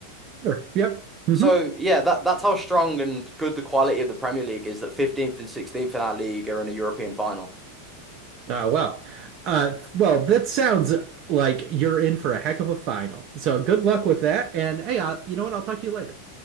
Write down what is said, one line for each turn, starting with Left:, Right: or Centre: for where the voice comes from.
Right: Sure. Yep. Mm-hmm.
Centre: So yeah, that that's how strong and good the quality of the Premier League is that 15th and 16th in our league are in a European final.
Right: Uh, well, uh, well, that sounds like you're in for a heck of a final. So good luck with that. And hey, uh, you know what? I'll talk to you later.